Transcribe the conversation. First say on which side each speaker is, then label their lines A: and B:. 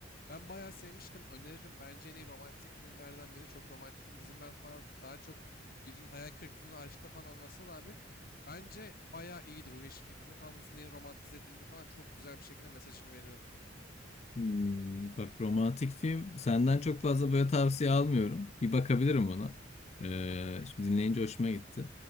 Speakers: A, on the left (about 50°); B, on the left (about 35°).
A: Ben bayağı sevmiştim. Öneririm. Bence en iyi romantik filmlerden biri. Çok romantik bizimden falan daha çok birinin hayal kırıklığını aşkta falan anlatsa da abi. Bence bayağı iyiydi. Ruhi Eşref Fikri'nin falan nasıl neyin romantize edildiğini falan çok güzel bir şekilde mesajını veriyordu abi.
B: Hmm, bak romantik film senden çok fazla böyle tavsiye almıyorum. Bir bakabilirim ona. Ee, şimdi dinleyince hoşuma gitti.